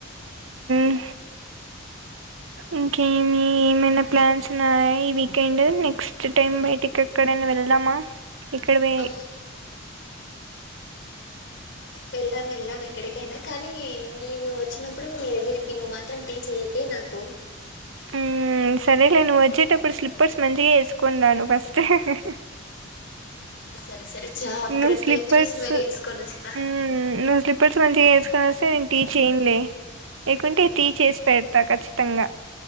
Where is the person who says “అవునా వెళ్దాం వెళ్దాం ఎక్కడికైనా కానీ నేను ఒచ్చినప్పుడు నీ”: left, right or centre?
Left